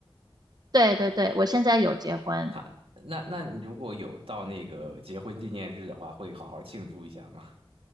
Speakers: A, on the right (about 45°); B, on the right (about 75°).
A: 对对对，我现在有结婚，
B: 他那那你如果有到那个结婚纪念日的话，会好好庆祝一下吗？